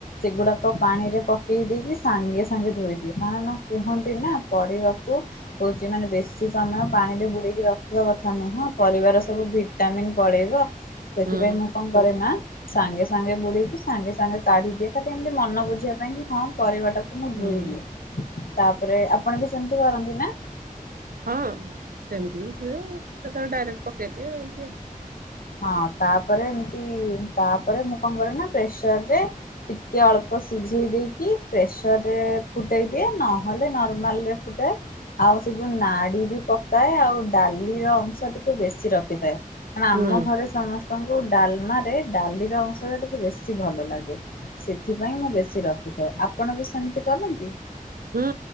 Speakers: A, on the left; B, on the right.
A: ସେଗୁଡାକ ପାଣିରେ ପକେଇ ଦେଇକି ସାଙ୍ଗେ ସାଙ୍ଗେ ଧୋଇଦିଏ। କାରଣ କୁହନ୍ତି ନା ପରିବାକୁ କଉଚି ମାନେ ବେଶୀ ସମୟ ପାଣିରେ ବୁଡେଇକି ରଖିବା କଥା ନୁହଁ ପରିବାର ସବୁ ଭିଟାମିିନ ପଳେଇବ ସେଥିପାଇଁ
B: ହୁଁ
A: ମୁଁ କଣ କରେ ନା ସାଙ୍ଗେ ସାଙ୍ଗେ ବୁଡେଇକି ସାଙ୍ଗେ ସାଙ୍ଗେ କାଢିଦିଏ। ଖାଲି ଏମିତି ମନ ବୁଝିବା ପାଇଁ କି ହଁ ପରିବାଟାକୁ ମୁଁ ଧୋଇଲି।
B: ହୁଁ।
A: ତାପରେ ଆପଣ ବି ସେମିତି କରନ୍ତି ନା?
B: ହଁ ସେମିତି ବି ହୁଏ। କେତବେଳେ ଡାଇରେକ୍ଟ ପକେଇଦିଏ ଏମତି ଆଉ।
A: ହଁ ତାପରେ ଏମିତି ତାପରେ ମୁଁ କଣ କରେ ନା ପ୍ରେସରରେ ଟିକେ ଅଳ୍ପ ସିଝେଇ ଦେଇକି ପ୍ରେସରରେ ଫୁଟେଇ ଦିଏ ନହେଲେ ନର୍ମାଲରେ ଫୁଟା ଆଉ ସେ ଯୋଉ ନାଡି ବି ପକାଏ। ଆଉ ଡାଲିର ଅଂଶ ଟିକେ ବେଶୀ ରଖିଥାଏ। କାଣ ଆମ
B: ହୁଁ
A: ଘରେ ସମସ୍ତଙ୍କୁ ଡାଲମା ରେ ଡାଲିର ଅଂଶ ଟା ଟିକେ ବେଶୀ ଭଲ ଲାଗେ। ସେଥିପାଇଁ ମୁଁ ବେଶୀ ରଖିଥାଏ। ଆପଣ ବି ସେମିତି କରନ୍ତି?
B: ହୁଁ